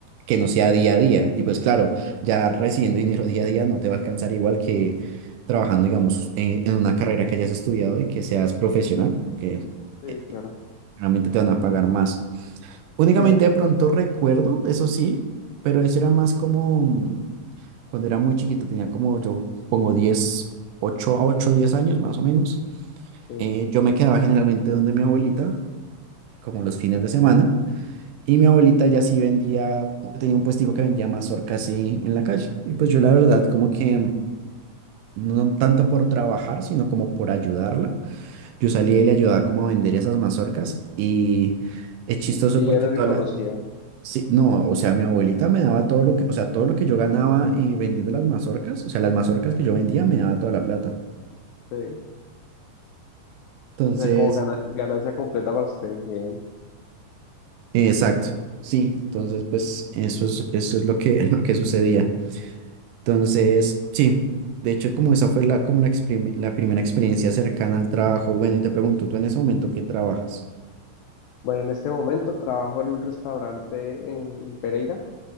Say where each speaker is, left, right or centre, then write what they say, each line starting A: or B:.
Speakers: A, on the right (about 80°); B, on the left (about 80°).
A: que no sea día a día. Y pues claro, ya recibiendo dinero día a día no te va a alcanzar igual que trabajando, digamos, en, en una carrera que hayas estudiado y que seas profesional, que
B: Sí,
A: eh,
B: claro.
A: realmente te van a pagar más. Únicamente
B: Sí,
A: de pronto recuerdo, eso sí, pero eso era más como mm, cuando era muy chiquito, tenía como yo pongo 10 8 a 8, 10 años más o menos.
B: sí,
A: Eh, yo me quedaba generalmente donde mi abuelita, como los fines de semana, y mi abuelita ya sí vendía, tenía un puestico que vendía mazorcas y- en la calle. Y pues yo la verdad
B: sí.
A: como que mm, no tanto por trabajar, sino como por ayudarla. Yo salía y le ayudaba como a vender esas mazorcas y es chistoso
B: Y, y ella
A: porque
B: le
A: toda
B: reconocía.
A: la... Sí, no, o sea, mi abuelita me daba todo lo que, o sea, todo lo que yo ganaba eh, vendiendo las mazorcas, o sea, las mazorcas que yo vendía me daba toda la plata.
B: Sí.
A: Entonces,
B: O sea, como gana- ganancia completa para usted, bien.
A: eh, exacto, sí, entonces pues eso es, eso es lo que, <laughs> lo que sucedía. Entonces, sí, de hecho como esa fue la, como la, exprime- la primera experiencia cercana al trabajo. Y bueno, y te pregunto, ¿tú en ese momento qué trabajas?
B: Bueno, en este momento trabajo en un restaurante en, en Pereira